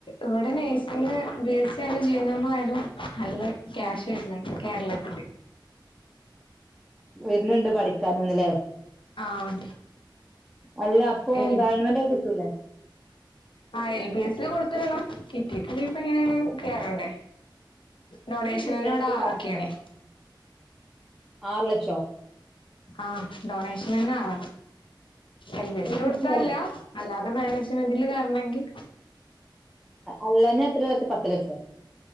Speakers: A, on the left; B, in the centre.
A: ഇവിട നേഴ്സിങ്ങ് ബി എസ് സി ആണ് ജീനോമ് വേണം. അല്ല കാഷ്
B: ആഹ്
A: വെര്ന്നുണ്ട് കേർളത്തില്
B: വെരുന്നുണ്ട് പഠിക്കാനന്നല്ലേ
A: ആഹ്
B: അല്ല അപ്പൊ
A: എൽ
B: ഗവണ്മെന്റായി കിട്ടൂലേ.
A: ആ എൽ ബി എസ് ല് കൊടുത്തിടണം കിട്ടിയിട്ടില്ലെ ഇപ്പൊ ഞാൻ കേറണ്ടേ. ഡൊണേഷന്
B: അത് കിട്ടണെങ്കില്
A: ഇവിടെ ആറൊക്കെയാണേ.
B: ആറ് ലെക്ഷോ
A: ആഹ് ഡൊണേഷനന്നെ ആറാ എൽ ബി എസിൽ
B: ഒരു കുറ്റിയാള്
A: കൊടുത്തല്ല. അല്ലാതെ മാനേജ്മെന്റില് കേറണെങ്കിൽ
B: അല്ലാന്നാ എത്ര വെച്ച പത്ത് ലക്ഷോ.